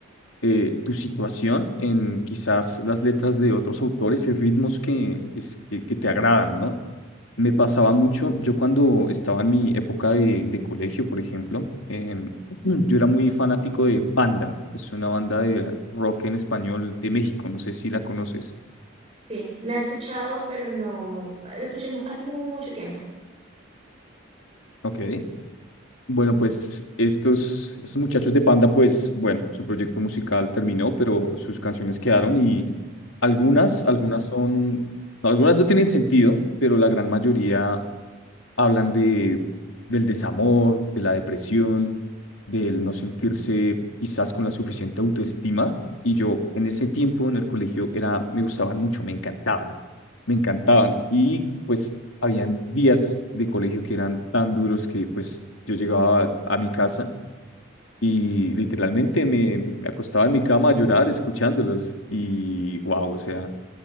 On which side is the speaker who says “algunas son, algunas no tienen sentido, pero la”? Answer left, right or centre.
Left